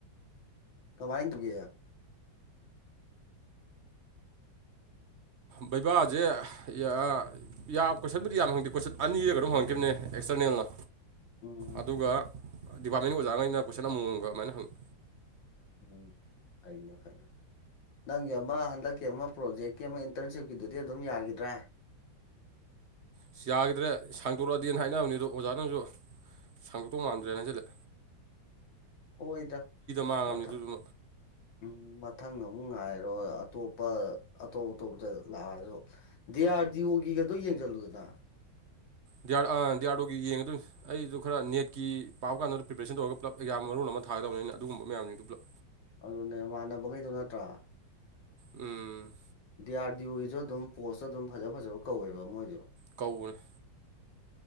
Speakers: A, on the left; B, on the right.
A: ꯀꯃꯥꯏꯟ <unintelligible>
B: ꯕꯩꯕꯥꯖꯦ ꯌꯥ ꯑꯥ ꯌꯥꯝ ꯀꯣꯏꯁꯟꯕꯨꯗꯤ ꯌꯥꯝ ꯍꯪꯗꯦ ꯀꯣꯏꯁꯠ ꯑꯅꯤꯔ ꯀꯩꯅꯣꯝ ꯍꯪꯉꯥꯛꯈꯤꯕꯅꯦ ꯑꯦꯛꯁꯇꯔꯅꯦꯜꯅ
A: ꯎꯝ
B: ꯑꯗꯨꯒ ꯗꯤꯄꯥꯔꯠꯃꯦꯟꯒꯤ ꯑꯣꯖꯥꯒꯩꯅ ꯀꯣꯏꯁꯟ ꯑꯃꯃꯝꯒ ꯑꯗꯨꯃꯥꯏꯅ ꯍꯪꯉꯤ
A: ꯎꯝ ꯑꯩꯅ ꯐꯩ ꯅꯪꯒꯤ ꯑꯃꯥ ꯍꯟꯗꯛꯀꯤ ꯑꯃꯥ ꯄ꯭ꯔꯣꯖꯦꯛꯀꯤ ꯑꯃ ꯏꯟꯇꯔꯟꯁꯤꯞꯀꯤꯗꯨꯗꯤ ꯑꯗꯨꯝ ꯌꯥꯒꯤꯗ꯭ꯔꯦ
B: ꯑꯁ ꯌꯥꯒꯤꯗ꯭ꯔꯦ ꯁꯥꯡꯗꯣꯔꯛꯑꯗꯤ ꯍꯥꯏꯅꯕꯅꯤ ꯑꯗꯣ ꯑꯣꯖꯥꯅꯁꯨ ꯁꯥꯡꯗꯣꯛꯇꯧ ꯃꯥꯟꯗ꯭ꯔꯦꯅ ꯍꯥꯏꯖꯜꯂꯦ
A: ꯍꯣꯏꯗ
B: ꯃꯥꯡꯉꯕꯅꯤ
A: ꯃꯊꯛ
B: ꯑꯗꯨꯗꯨꯃ
A: ꯎꯝ ꯃꯊꯪ ꯑꯃꯨꯛ ꯉꯥꯏꯔꯣ ꯑꯇꯣꯞꯄ ꯑꯇꯣꯞ ꯑꯇꯣꯞꯗ ꯂꯥꯛꯑꯁꯨ ꯗꯤ ꯑꯥꯔ ꯗꯤ ꯑꯣꯒꯤꯒꯗꯣ ꯌꯦꯡꯖꯜꯂꯨꯗꯅ
B: ꯗꯤꯌꯥꯔ ꯑꯥ ꯗꯤꯌꯥꯔꯗꯣꯒꯤ ꯌꯦꯡꯒꯗꯣꯏꯅꯤ ꯑꯩꯖꯨ ꯈꯔ ꯅꯦꯠꯀꯤ ꯄꯥꯕ ꯀꯥꯟꯗ ꯄ꯭ꯔꯤꯄꯔꯦꯁꯟ ꯇꯧꯔꯒ ꯄꯨꯂꯞ ꯑꯦꯛꯖꯝ ꯃꯔꯣꯜ ꯑꯃ ꯊꯥꯒꯦ ꯇꯧꯅꯦ ꯑꯩꯅ ꯑꯗꯨꯒꯨꯝꯕ ꯃꯌꯥꯝꯁꯤꯡꯗꯣ ꯄꯨꯂꯞ
A: ꯑꯗꯨꯅꯦ ꯃꯥꯟꯅꯕꯒꯩꯗꯣ ꯅꯠꯇ꯭ꯔꯥ
B: ꯎꯝ
A: ꯗꯤ ꯑꯥꯔ ꯗꯤ ꯑꯣꯒꯤꯁꯨ ꯑꯗꯨꯝ ꯄꯣꯁꯇꯣ ꯑꯗꯨꯝ ꯐꯖ ꯐꯖꯕ ꯀꯧꯋꯦꯕ ꯃꯣꯏꯖꯨ
B: ꯀꯧꯕꯅꯦ